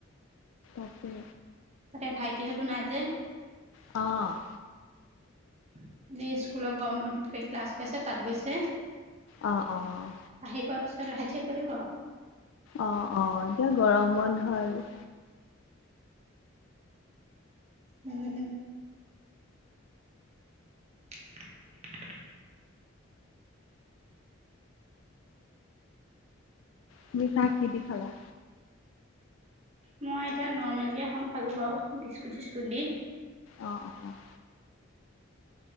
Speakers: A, on the left; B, on the right.
A: অ'কে।
B: তাতে ভাইটিহঁতো নাই যে।
A: অ'।
B: <unintelligible> স্কুলত গৰম বন্ধত গৈ ক্লাছ কৰাইছে, তাত গৈছে।
A: অ', অ'।
B: আহি পোৱা পিছত লাহে ধীৰে কৰিব আৰু।
A: অ', অ', এতিয়া গৰম বন্ধ আৰু।
B: উম। <inaudible>
A: তুমি চাহ কি দি খালা?
B: মই এতিয়া নৰৰ্মেলকে এখন খালো বাৰু, বিস্কুট চিস্কুট দি।
A: অ', অ', অ'।